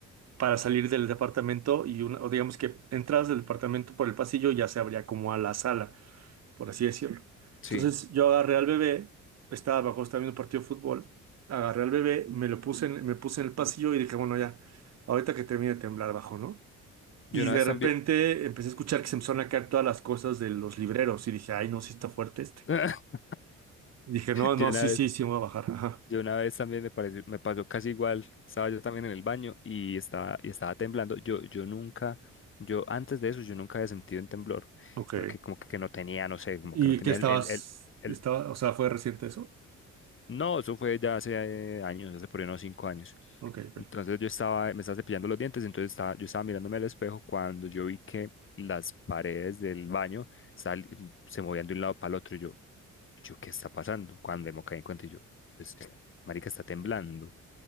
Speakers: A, on the right; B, on the left.
A: para salir del departamento y una, o digamos que entradas del departamento por el pasillo ya se abría como a la sala, por así decirlo. Entonces
B: Sí.
A: yo agarré al bebé, estaba abajo, estaba viendo un partido de fútbol, agarré al bebé, me lo puse en, me puse en el pasillo y dije, bueno, ya, ahorita que termine de temblar bajo, ¿no?
B: Yo
A: Y
B: una
A: de
B: vez también...
A: repente empecé a escuchar que se empezaron a caer todas las cosas de los libreros y dije, ay, no, sí está fuerte este.
B: <laughs>
A: Dije, no,
B: Yo
A: no,
B: una
A: sí,
B: vez,
A: sí, sí me voy a bajar. Ajá.
B: yo una vez también me pareció, me pasó casi igual. Estaba yo también en el baño y estaba, y estaba temblando. Yo, yo nunca, yo antes de eso, yo nunca había sentido un temblor,
A: Ok.
B: porque como que no tenía, no sé, como
A: ¿Y
B: que no tenía
A: qué estabas,
B: el, el, el, el-
A: estaba, o sea, fue reciente eso?
B: No, eso fue ya hace eh, años, hace por ahí unos cinco años.
A: Ok, ok.
B: Entonces yo estaba, me estaba cepillando los dientes, entonces estaba, yo estaba mirándome al espejo cuando yo vi que las paredes del baño sal- se movían de un lado para el otro. y Yo, yo, ¿qué está pasando? Cuando me caí en cuenta y yo, pues, marica, está temblando.